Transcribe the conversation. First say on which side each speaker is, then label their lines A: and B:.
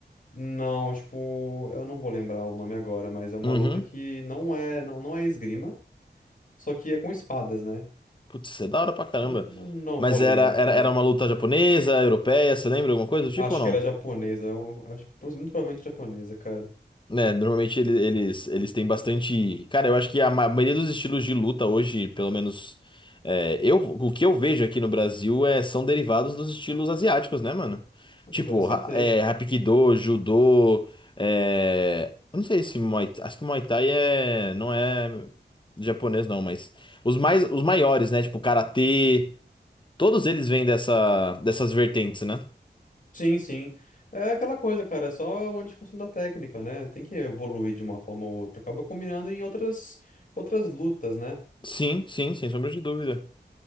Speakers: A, on the left; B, on the left.
A: Não, tipo, eu não vou lembrar o nome agora, mas é uma
B: Uhum.
A: luta que não é, não, não é esgrima, só que é com espadas, né?
B: Putz, isso é da hora pra caramba.
A: Então, eu não
B: Mas
A: vou lembrar,
B: era,
A: cara.
B: era, era uma luta japonesa, europeia, você lembra alguma coisa do tipo
A: Acho
B: ou não?
A: que era japonesa, eu acho- muito provavelmente japonesa, cara.
B: né, normalmente ele- eles, eles têm bastante. Cara, eu acho que a ma- maioria dos estilos de luta hoje, pelo menos é, eu, o que eu vejo aqui no Brasil é, são derivados dos estilos asiáticos, né, mano? Tipo,
A: Com toda certeza.
B: ra- é, Hapkido, Judô. É, eu não sei se Muay, acho que Muay Thai é, não é japonês, não, mas os mais, os maiores, né? Tipo, Karatê, todos eles vêm dessa, dessas vertentes, né?
A: Sim, sim. É aquela coisa, cara, é só uma discussão da técnica, né? Tem que evoluir de uma forma ou outra. Acaba combinando em outras outras lutas, né?
B: Sim, sim, sem sombra de dúvida.